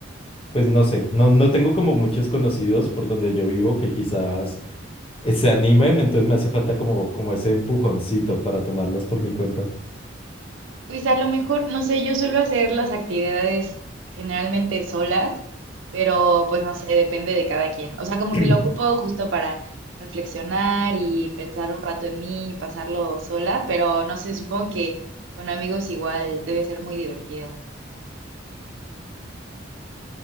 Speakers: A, on the left (about 30°); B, on the right (about 80°).
A: Pues no sé, no, no tengo como muchos conocidos por donde yo vivo que quizás eh, se animen, entonces me hace falta como, como ese empujoncito para tomarlos por mi cuenta.
B: Pues a lo mejor, no sé, yo suelo hacer las actividades generalmente solas, pero pues no sé, depende de cada quien. O sea, como
A: <clears throat>
B: que lo ocupo justo para reflexionar y pensar un rato en mí y pasarlo sola, pero no sé, supongo que con amigos igual debe ser muy divertido,